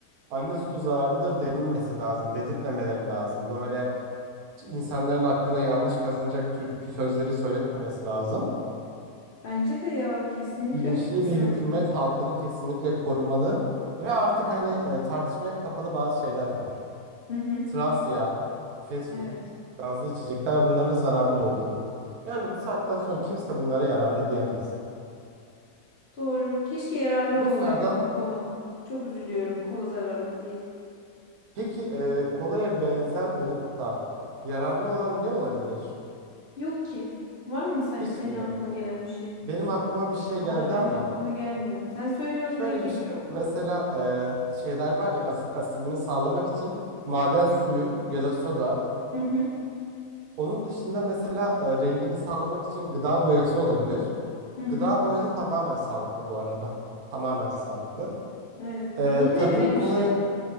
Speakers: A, on the right (about 80°); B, on the left (about 50°).
A: anne sütü zararlıdır dememesi lazım. Dedirtmemeleri lazım. Böyle insanların aklına yanlış kazınacak türkü sözleri söyletmemesi lazım.
B: Bence de ya, kesinlikle
A: Bilinçli
B: haklısın.
A: bir hükümet halkını kesinlikle korumalı ve artık hani e, tartışmaya kapalı bazı şeyler var.
B: Hı hı.
A: trans yağ, fast
B: Evet,
A: food, gazlı içecekler bunların zararlı olduğu. Yani bu saatten sonra kimse bunlara yararlı diyemez.
B: doğru. Keşke yararlı
A: Bunlardan
B: olsaydı ama kola. Çok üzülüyorum kola zararlı diye.
A: peki e, kolaya benzer olup da yararlı olan ne olabilir?
B: Yok ki. Var mı sen,
A: Hiç
B: senin
A: mi
B: aklına
A: yok?
B: gelen bir şey?
A: Benim aklıma bir şey
B: Valla
A: geldi
B: benim
A: ama
B: aklıma gelmiyor. Sen söyle
A: şöyle
B: ne geliyor?
A: bir şey- mesela e, şeyler var ya asit asidini sağlamak için maden suyu ya da soda.
B: Hı hı.
A: Onun dışında mesela e, rengini sağlamak için gıda boyası olabilir.
B: Hı hı.
A: Gıda boyası tamamen sağlıklı bu arada. Tamamen sağlıklı.
B: Evet.
A: Ee,
B: Yenilebilir
A: tadını kolaya...
B: bir şey.